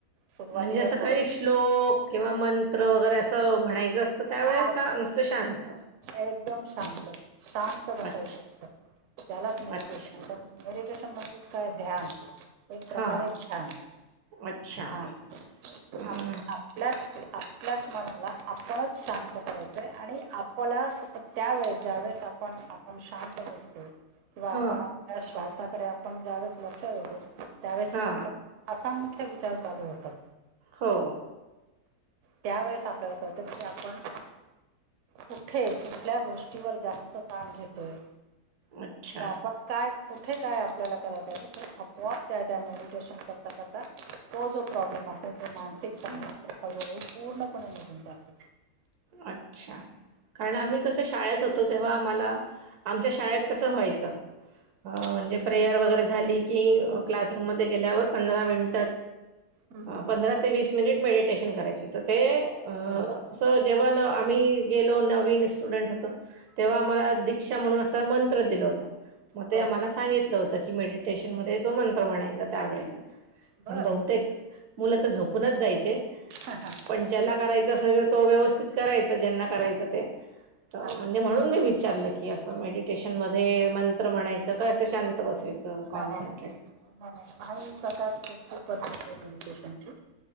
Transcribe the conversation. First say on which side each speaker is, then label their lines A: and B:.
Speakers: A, on the right; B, on the right.
A: सुरुवातीला
B: म्हणजे असं
A: थोडस
B: काही श्लोक किंवा मंत्र वगैरे असं म्हणाय असत त्यावेळेस
A: आस
B: का नुसतं शांत
A: एकदम शांत
B: बस
A: शांत बसायचं
B: अच्छा
A: असतं. त्यालाच मेडिटेशन
B: अच्छा
A: म्हणता मेडिटेशन म्हणजेच काय ध्यान एक प्रकारे
B: हां
A: ध्यान
B: अच्छा
A: हा आपण
B: हं
A: आपल्याच आपल्याच मनाला आपणच शांत करायचं आहे आणि आपलाच फ त्यावेळेस ज्यावेेळेस आपण आपण शांत बसतो किंवा
B: हां
A: आपण श्वासाकडे आपण ज्यावेेळेस लक्षात देतो त्यावेेळेस
B: हां
A: आपल्या असा मुख्य विचार चालू होतात.
B: हो.
A: त्यावेेळेस आपल्याला कळतं की आपण कुठे कुठल्या गोष्टीवर जास्त ताण घेतोय
B: अच्छा
A: आपण काय कुठे काय आपल्याला करायचचं आहे आपोआप त्या त्या मेडिटेशन करता करता. तो जो प्रॉब्लेम आहे तो मानसिकताण
B: हं.
A: आहे तो हळूहळू पूर्णपणे निघून जातो.
B: अच्छा कारण आम्ही कसं शाळेत होतो तेव्हा आम्हाला आमच्या शाळेत तस व्हायच म्हणजे
A: असं
B: प्रेयर वगैर झाली. क्लासूम म गेल्या पं मिन
A: हम्म हम्म हम्म.
B: पंरा ते व मि मेडटेशन कराय तर ते अ,
A: अच्ा.
B: जेव्हा आम्ही गेलो नवीन स्टुडंट होतो. तेव्हा आम्हाला दीक्षा म्हणून असा मंत्र दिला होता. मग
A: बर
B: ते आम्हाला सांगितलं होतं की मेडिटेशन मध्ये तो मंत्र म्हणायचा त्यावेळेला
A: बर
B: पण बहुतेक मुलं आ तर झोपूनच जायचे.
A: हा हा.
B: पण ज्याला करायचं असेल तर तो व्यवस्थित करायचा ज्यांना करायचं ते तर
A: हा.
B: म्हणजे म्हणून मी विचारलं की असं मेडिटेशन मध्ये मंत्र म्हणायचं काय असं शांत बसायचं. कॉनट्रेट
A: नाही नाही नाही नाही नाही आणि सळत खूप गरज आहे मेडटेशनची